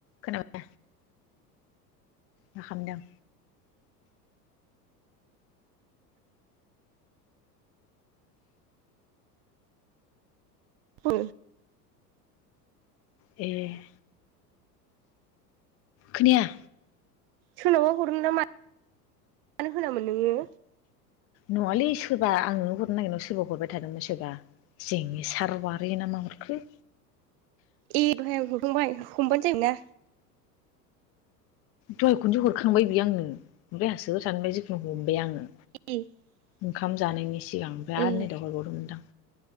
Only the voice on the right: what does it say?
औ।
सोरनावबा हरनो ना मा <unintelligible> होनामोन नोङो?
ए दहाय आं हरखांबाय हमबानो जायोमोन ना।
<unintelligible>
ए